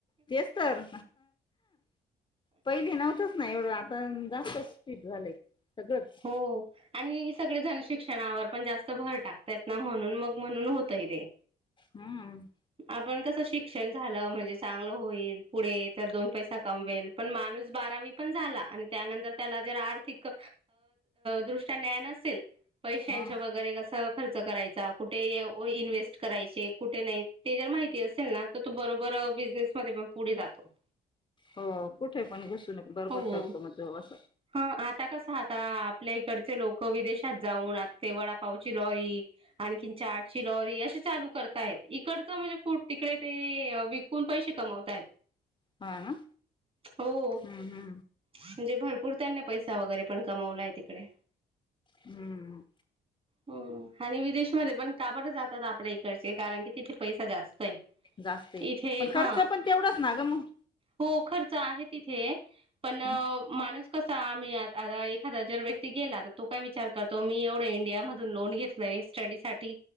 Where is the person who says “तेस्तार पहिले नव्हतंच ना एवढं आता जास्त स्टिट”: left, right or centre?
Left